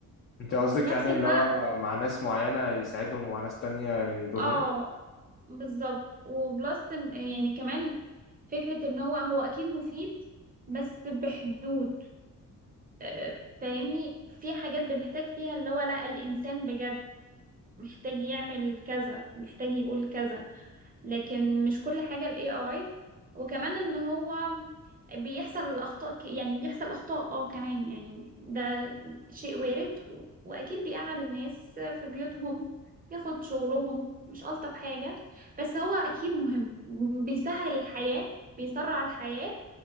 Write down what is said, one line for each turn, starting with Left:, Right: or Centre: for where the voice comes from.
Left: انت قصدك
Right: وفي نفس
Left: يعني
Right: الوقت
Left: اللي هو مع ناس معينة يساعدهم ومع ناس تانية يضرهم
Right: اه بالظبط وبلس إن- يعني كمان فكرة ان هو هو اكيد مفيد بس بحدود آه، فاهمني في حاجات بنحتاج فيها اللي هو لا الإنسان بجد محتاج يعمل كذا محتاج يقول كذا لكن مش كل حاجة ال AI وكمان ان هو بيحصل اخطاء ك- يعني بيحصل اخطاء اه كمان يعني ده شيء وارد و- واكيد بيقعد الناس في بيوتهم بياخد شغلهم مش الطف حاجة بس هو اكيد مهم بيسهل الحياة بيسرع الحياة